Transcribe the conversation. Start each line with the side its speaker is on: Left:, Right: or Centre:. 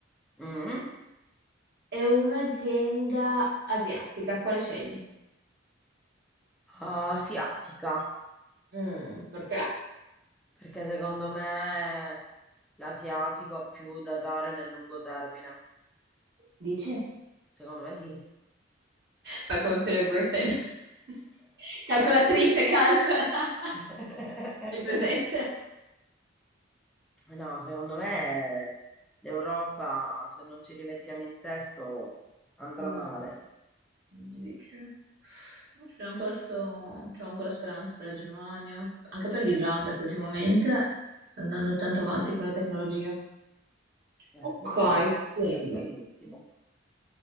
Centre: Mm.
Right: e un'azienda asiatica. Quale scegli?
Centre: Asiatica,
Right: Mm, perché?
Centre: perché secondo me l'asiatico ha più da dare nel lungo termine.
Right: Dici?
Centre: Secondo me sì.
Right: Fai come Peter Griffin. <laughs> Calcolatrice, calcola. <laughs>
Centre: <laughs>
Right: Hai presente?
Centre: No, secondo me l'Europa, se non ci rimettiamo in sesto, andrà
Right: Mm,
Centre: male.
Right: dici? Non so, ancora sto... c'ho ancora speranze per la Germania, anche per l'Irlanda che ultimamente sta andando tanto avanti con la tecnologia.
Centre: Eh,
Right: Ok,
Centre: L'Italia,
Right: quindi
Centre: sempre all'ultimo.